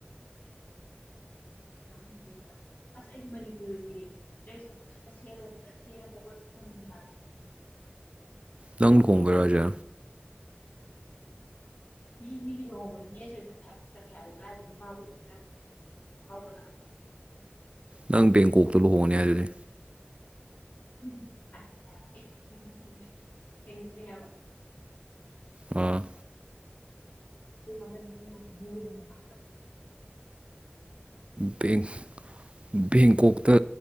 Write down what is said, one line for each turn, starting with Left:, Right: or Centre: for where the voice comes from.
Left: <unintelligible> ꯑꯁ ꯑꯩ ꯃꯅꯤꯄꯨꯔꯤꯒꯤ ꯗ꯭ꯔꯦꯁꯇꯣ ꯐꯖꯅ ꯁꯦꯠꯂꯒ ꯐꯖꯅ ꯀꯦꯔꯥ ꯐꯣꯇꯣ ꯊꯤ ꯅꯝꯅꯤꯡꯉꯦ ꯍꯥꯏꯕ
Right: ꯅꯪ ꯈꯣꯡ ꯈꯔꯖꯦ
Left: ꯀꯤ ꯃꯤꯒꯤ ꯂꯨꯋꯣꯡꯕꯒꯤ ꯒꯥꯁ ꯌꯥꯠꯂꯦ ꯍꯥꯏꯕ ꯌꯥꯠꯀꯦ ꯍꯥꯏꯕ ꯀꯔꯥꯏꯗꯥꯏ ꯅꯨꯄꯁꯨ ꯖꯥꯏꯇꯅ ꯀꯔꯥꯏꯗꯥꯏ ꯉꯥꯏꯕꯔ ꯅꯪ
Right: ꯅꯪ ꯕꯦꯡꯀꯣꯛꯇ ꯂꯨꯍꯣꯡꯉꯅꯤ ꯍꯥꯏꯗꯨꯗꯤ
Left: <unintelligible> ꯁꯦꯡꯅꯗꯦ ꯍꯥꯏꯕ
Right: ꯑꯣ
Left: <unintelligible>
Right: ꯕꯦꯡ ꯕꯦꯡꯀꯣꯛꯇ